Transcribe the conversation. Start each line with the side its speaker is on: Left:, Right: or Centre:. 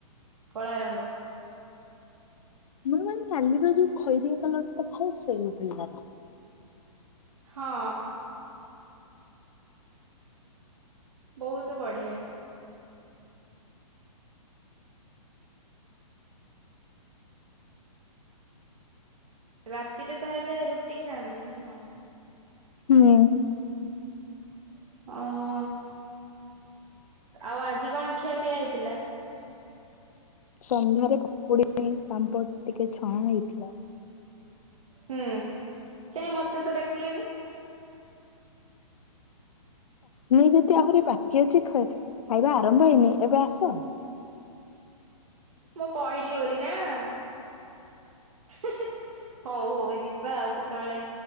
Right: କଳା ରଙ୍ଗ।
Left: ମୋର ମାନେ ନାଲିର ଯୋଉ ଖଇରିଆ କଲରଟା ଥାଏ ସେଇ ଭଳିଆ।
Right: ହଁ। ବହୁତ ବଢିଆ। ରାତିରେ ତାହେଲେ ରୁଟି ଖାଆନ୍ତି ନାଇଁ କଣ?
Left: ହୁଁ।
Right: ଅହ। ଆଉ ଆଜି କଣ ଖିଆ ପିଆ ହେଇଥିଲା? <unintelligible>
Left: ସନ୍ଧ୍ୟାରେ ପକୁଡି ପାମ୍ପଡ ଟିକେ ଛଣା ହେଇଥିଲା।
Right: ହୁଁ କାହିଁ ମତେ ତ ଡାକିଲେନି।
Left: ମୁଁ ଯଦି ଆହୁରି ବାକି ଅଛି ଖାଇବା ଆରମ୍ଭ ହେଇନି ଏବେ ଆସ।
Right: ମୁଁ କହିଲି ବୋଲି ନା ହେଁ ହେଁ ହଉ ହଉ ଯିବା ଆଉ କେତେବେଳେ।